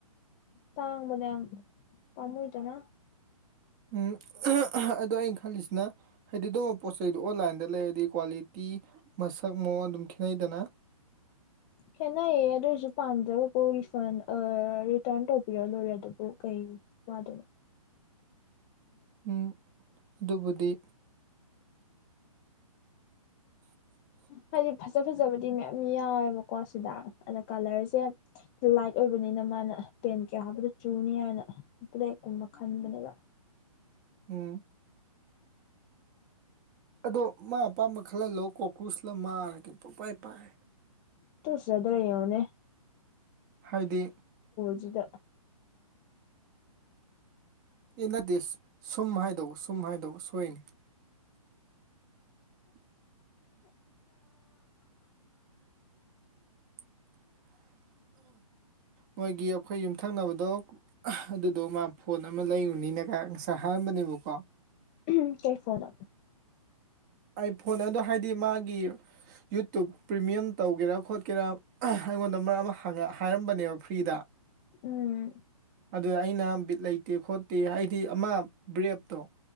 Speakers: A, on the left; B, on the right.
A: ꯇꯥꯡꯉꯕꯅꯦ ꯌꯥꯝ ꯄꯝꯃꯨꯢꯗꯅ
B: ꯎꯝ ꯑꯗꯣ ꯑꯩꯅ ꯈꯜꯂꯤꯁꯤꯅ ꯍꯥꯏꯗꯤ ꯑꯗꯨꯝꯕ ꯄꯣꯠ ꯆꯩꯗꯣ ꯑꯣꯟꯂꯥꯏꯟꯗ ꯂꯩꯔꯗꯤ ꯀ꯭ꯋꯥꯂꯤꯇꯤ ꯇ ꯇꯤ ꯃꯁꯛ ꯃꯑꯣꯡ ꯑꯗꯨꯝ ꯈꯦꯠꯅꯩꯗꯅ
A: ꯈꯦꯠꯅꯩꯌꯦ ꯑꯗꯨ ꯑꯣꯏꯁꯨ ꯄꯥꯝꯖꯕꯀꯣ ꯔꯤꯐꯟ ꯔꯤꯇꯔꯟ ꯇꯧꯕꯤꯔ ꯂꯣꯏꯔꯦ ꯑꯗꯨꯕꯨ ꯀꯩ ꯋꯥ ꯑꯗꯨ
B: ꯎꯝ ꯗꯨꯕꯨꯨꯗꯤ <inaudible>
A: ꯍꯥꯏꯗꯤ ꯐꯖ ꯐꯖꯕꯗꯤ ꯃꯌꯥꯝ ꯌꯥꯎꯋꯦꯕꯀꯣ ꯁꯤꯗ ꯑꯗ ꯀꯂꯔꯁꯦ ꯂꯥꯏꯠ ꯑꯣꯏꯕꯅꯤꯅ ꯃꯥꯅ ꯄꯦꯟ ꯀꯌꯥ ꯍꯥꯕꯗꯨ ꯆꯨꯅꯤ ꯍꯥꯏꯅ ꯕ꯭ꯂꯦꯛꯀꯨꯝꯕ ꯈꯟꯕꯅꯦꯕ
B: ꯎꯝ ꯑꯗꯣ ꯃꯥ ꯑꯄꯥꯝꯕ ꯈꯜꯍꯜꯂꯣ ꯀꯣꯀ꯭ꯔꯨꯁꯂ ꯃꯥꯔꯒꯦ ꯄꯄꯥꯏ ꯄꯥꯏ
A: ꯇ ꯆꯙꯔ ꯑꯣꯅꯦ
B: ꯍꯥꯏꯗꯤ
A: ꯖꯤꯗ
B: ꯏꯟꯗ ꯗꯤꯁ ꯁꯨꯝ ꯍꯥꯏꯗꯧ ꯁꯨꯝ ꯍꯥꯏꯗꯧ ꯁꯣꯏꯅꯤ <inaudible> <inaudible> ꯃꯣꯏꯒꯤ ꯑꯩꯈꯣꯏ ꯌꯨꯝꯊꯪꯅꯕꯗꯣ ꯑꯗꯨꯗꯣ ꯃꯥ ꯐꯣꯟ ꯑꯃ ꯂꯩꯔꯨꯅꯤꯅ ꯉꯁꯥꯏ ꯍꯥꯏꯔꯝꯕꯅꯦꯕꯀꯣ
A: ꯎꯝ ꯀꯩ ꯐꯣꯗ
B: ꯑꯩ ꯐꯣꯟ ꯑꯗꯨꯗ ꯍꯥꯏꯗꯤ ꯃꯥꯒꯤ ꯌꯨꯇꯨꯞ ꯄ꯭ꯔꯤꯃꯤꯌꯝ ꯇꯧꯒꯦꯔꯥ ꯈꯣꯠꯀꯦꯔꯥ ꯑꯩꯉꯣꯟꯗ ꯃꯔꯝ ꯍꯥꯏꯔꯝꯕꯅꯦꯕ ꯐ꯭ꯔꯤꯗ
A: ꯎꯝ
B: ꯑꯗꯨꯗ ꯑꯩꯅ ꯕꯤꯠ ꯂꯩꯇꯦ ꯈꯣꯠꯇꯦ ꯍꯥꯏꯗꯤ ꯑꯃ ꯕ꯭ꯔꯦꯞꯇꯣ